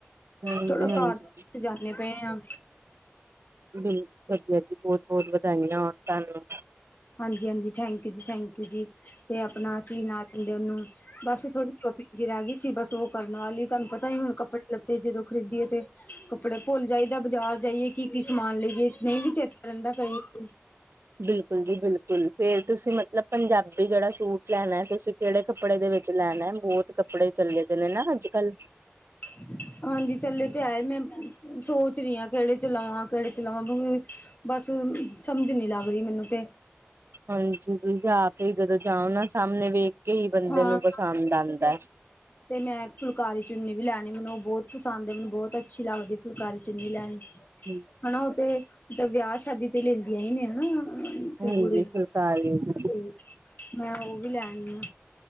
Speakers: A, on the right; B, on the left.
A: ਹਾਂਜੀ-ਹਾਂਜੀ
B: ਥੋੜਾ ਘਰ ਨੂੰ ਵੀ ਸਜਾਨੇ ਪਏ ਆਂ।
A: ਬਿਲ, ਵਧੀਆ ਜੀ, ਬੋਤ-ਬੋਤ ਵਧਾਈਆਂ ਹੋਨ ਤੁਆਨੁ।
B: ਹਾਂਜੀ-ਹਾਂਜੀ, ਥੈਂਕ ਯੂ ਜੀ, ਥੈਂਕ ਯੂ ਜੀ। ਤੇ ਆਪਣਾ ਕੀ ਨਾਂ ਲੈਂਦੇ ਉਹਨੂੰ ਬਸ ਥੋੜੀ ਸ਼ੋਪਿੰਗ ਜੀ ਰਹਿ ਗਈ ਸੀ ਬਸ ਉਹ ਕਰਨ ਵਾਲੀ। ਤੁਹਾਨੂੰ ਪਤਾ ਹੀ ਹੁਣ ਕੱਪੜੇ ਲੱਤੇ ਜਦੋਂ ਖਰੀਦੀਏ ਤੇ ਕੱਪੜੇ ਭੁੱਲ ਜਾਈਦਾ ਬਾਜ਼ਾਰ ਜਾਈਏ। ਕੀ ਕੀ ਸਮਾਨ ਲਈਏ, ਨਹੀਂ ਵੀ ਚੇਤੇ ਰਹਿੰਦਾ ਕਈ ਵਾਰੀ।
A: ਬਿਲਕੁਲ ਜੀ ਬਿਲਕੁਲ ਫੇਰ ਤੁਸੀਂ ਮਤਲਬ ਪੰਜਾਬੀ ਜਿਹੜਾ ਸੂਟ ਲੈਣਾ ਐ, ਤੁਸੀਂ ਕਿਹੜੇ ਕੱਪੜੇ ਦੇ ਵਿੱਚ ਲੈਣਾ ਐ? ਬੋਤ ਕੱਪੜੇ ਚੱਲੇ ਪਏ ਨੇ ਨਾ ਅੱਜ-ਕੱਲ।
B: <inaudible> ਹਾਂਜੀ ਚੱਲੇ ਤੇ ਐ, ਮੈਂ <unintelligible> ਸੋਚ ਰੀ ਆਂ ਕਿਹੜੇ ਚ ਲਵਾਂ, ਕਿਹੜੇ ਚ ਲਵਾਂ ਬਸ ਹੁਨ ਸਮਝ ਨੀ ਲੱਗ ਰੀ ਮੈਨੂੰ ਤੇ।
A: ਹਾਂਜੀ ਤੁਸੀਂ ਜਾ ਕੇ ਜਦੋਂ ਜਾਓ ਨਾ, ਸਾਹਮਣੇ ਵੇਖ ਕੇ ਹੀ ਬੰਦੇ
B: ਹਾਂ
A: ਨੂੰ ਪਸੰਦ ਆਂਦਾ ਐ।
B: ਤੇ ਮੈਂ ਫੁਲਕਾਰੀ ਚੁੰਨੀ ਵੀ ਲੈਣੀ, ਮੈਨੂੰ ਉਹ ਬੋਤ ਪਸੰਦ ਐ, ਮੈਨੂੰ ਬੋਤ ਅੱਛੀ ਲਗਦੀ ਫੁਲਕਾਰੀ ਚੁੰਨੀ ਲੈਣੀ।
A: ਹੂੰ।
B: ਹਨਾ ਉਹ ਤੇ ਵਿਆਹ ਸ਼ਾਦੀ ਤੇ ਲੈਂਦੀਆਂ ਹੀ ਨੇ ਹਨਾ। ਤੇ
A: ਹਾਂਜੀ,
B: ਕੁੜੀ
A: ਫੁਲਕਾਰੀ <unintelligible>
B: ਤੇ ਮੈਂ ਉਹ ਵੀ ਲੈਣੀ ਆ।